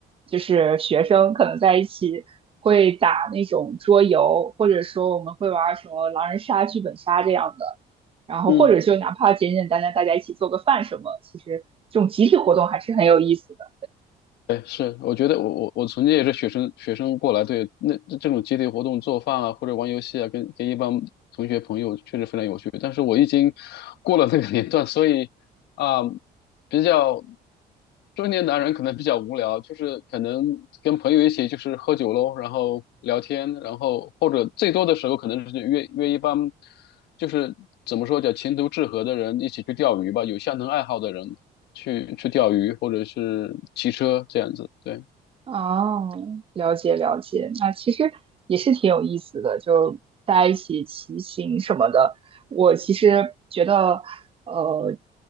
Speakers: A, on the right; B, on the left.
A: 就是学生，可能在一起会打那种桌游，或者说我们会玩儿什么狼人杀、剧本杀这样的，然后或者就哪怕简简单单大家一起做个饭什么，
B: 嗯，
A: 其实这种集体活动还是很有意思的。
B: 哎，是，我觉得我我我曾经也是学生学生过来，对，那这种集体活动做饭啊，或者玩游戏啊，跟跟一帮同学朋友确实非常有趣。但是我已经过了那个年段，所以啊、比较中年男人可能比较无聊，就是可能跟朋友一起就是喝酒喽，然后聊天，然后或者最多的时候可能是约约一帮就是怎么说叫情投志合的人一起去钓鱼吧，有相同爱好的人去去钓鱼或者是骑车这样子。对，
A: 哦，了解了解，那其实也是挺有意思的，就大家一起骑行什么的。我其实觉得，呃，